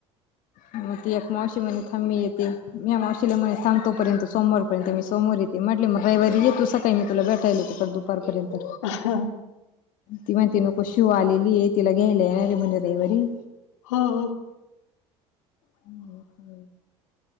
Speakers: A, on the left; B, on the left.
A: मग ती एक मावशी म्हणे थांब मी येते मी मावशीला मन्हे थांब तो पर्यंत सोमवारपर्यंत मी सोमवर येते. ते म्हटले मग रविवारी येतो सकाळी मी तुला भेटायला होते तर दुपारपर्यंत
B: ह ह.
A: ती म्हणती नको शिव आलेली तिला घ्यायलाय येणार रे म्हणे रविवारी.
B: हा हा.
A: हम् ह.